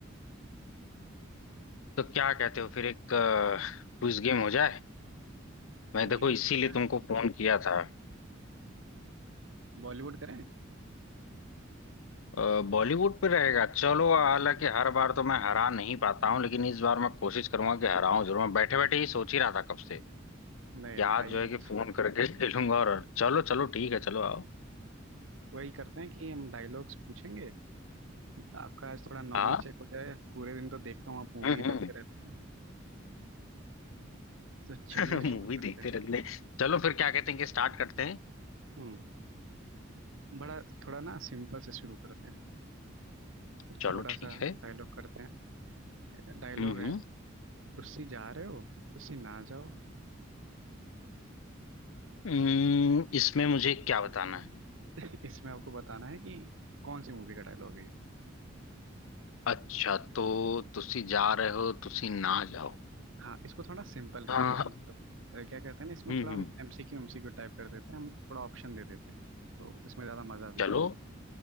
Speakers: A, on the left; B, on the right.
A: तो क्या कहते हो फिर एक क्विज गेम हो जाए मैं
B: चलिए
A: देखो इसीलिए
B: हो जाए
A: तुमको फोन किया था
B: बॉलीवुड करें
A: अ, बॉलीवुड पे रहेगा चलो हालांकि हर बार तो मैं हरा नहीं पाता हूँ लेकिन इस बार मैं कोशिश करूंगा कि हराऊं जरूर मैं बैठे बैठे ही सोच ही रहा था कब से कि
B: नहीं नहीं
A: आज
B: आइए
A: जो है
B: आज
A: कि फोन करके <laughs> खेलूंगा और चलो चलो ठीक है चलो आओ
B: वही करते हैं कि हम डायलॉग्स पूछेंगे आपका आज थोड़ा नॉलेज
A: हाँ
B: चेक हो जाए पूरे दिन तो देखता हूँ आप मूवी
A: हम्म
B: देखते
A: हम्म
B: रहते हैं तो
A: <laughs>
B: चलिए
A: मूवी
B: शुरू करते
A: देखते
B: हैं
A: रहते हैं चलो फिर क्या कहते हैं कि स्टार्ट करते हैं
B: हम्म बड़ा थोड़ा ना सिंपल से शुरू करते हैं एक
A: चलो
B: छोटा
A: ठीक
B: सा
A: है
B: डायलॉग करते हैं डायलॉग
A: हम्म
B: है
A: हम्म
B: तुसी जा रहे हो तुसी ना जाओ
A: हम्म, इसमें मुझे क्या बताना है
B: <laughs> इसमें आपको बताना है कि कौन सी मूवी का डायलॉग है ये
A: अच्छा तो तुसी जा रहे हो तुसी ना जाओ
B: हाँ इसको थोड़ा सिंपल कर
A: हाँ
B: देते
A: हाँ।
B: हैं मतलब अ, क्या कहते हैं ना इसमें
A: हम्म
B: थोड़ा
A: हम्म
B: एमसीक्यू एमसीक्यू टाइप कर देते हैं हम थोड़ा ऑप्शन दे देते हैं तो इसमें ज़्यादा मज़ा भी
A: चलो
B: आएगा